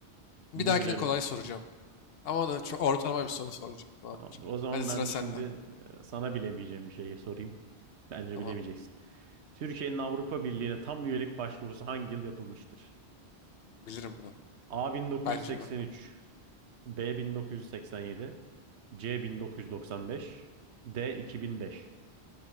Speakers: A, on the left; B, on the right.
A: Bir
B: Yine
A: dahakini
B: bilemedim.
A: kolay soracağım. Ama da çok ortalama bir soru soracağım. Tamamdır.
B: Tamamdır. O zaman
A: Hadi sıra
B: ben
A: sende.
B: de şimdi e, sana bilemeyeceğim bir şeyi sorayım. Bence
A: Tamam.
B: bilemeyeceksin. Türkiye'nin Avrupa Birliği'ne tam üyelik başvurusu hangi yıl yapılmıştır?
A: Bilirim bunu.
B: A 1983,
A: Bence bakalım.
B: B 1987, C 1995, D 2005.